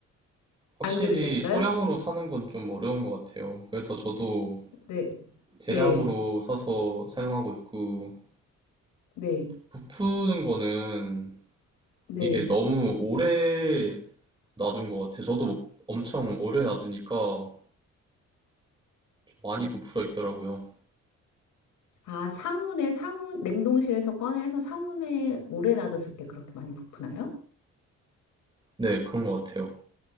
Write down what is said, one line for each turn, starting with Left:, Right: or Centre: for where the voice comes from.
Right: 확실히
Left: 안 그러셨어요?
Right: 소량으로 사는 건 좀 어려운 것 같아요. 그래서 저도
Left: 네,
Right: 대량으로
Left: 네,
Right: 사서 사용하고 있고,
Left: 네,
Right: 부푸는 거는
Left: 네.
Right: 이게 너무 오래 놔둔 것 같아요. 저도 엄청 오래 놔두니까 많이 부풀어 있더라고요.
Left: 아, 상온에, 상온, 냉동실에서 꺼내서 상온에 오래 놔뒀을 때 그렇게 많이 부푸나요?
Right: 네, 그런 것 같아요.